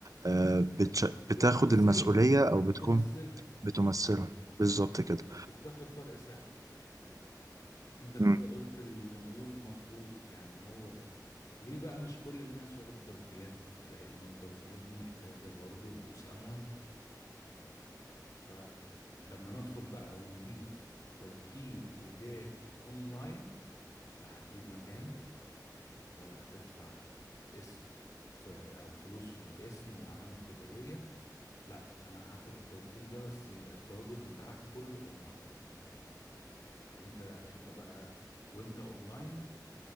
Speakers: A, on the right; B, on the left.
A: آه بتش...
B: بتمثلهم
A: بتاخد المسؤوليه او بتكون
B: بتمثلهم
A: بتمثلهم بالظبط كده
B: وبتاخد فرق سعر انت كده
A: مم.
B: قلت الموديول مظبوط يعني هو ده ليه بقى مش كل الناس واخدة توكيلات لان التوكيلات دي محتاجة برضه رؤوس اموال فلما ندخل بقى ونضيف توكيل تجاري اونلاين لا هتجيب مكان ولا هتدفع اسم في او فلوس في الاسم والعلامة التجارية لا انا هاخد التوكيل ده بس يبقى التواجد بتاعك كله اونلاين انت انت بقى وانت اونلاين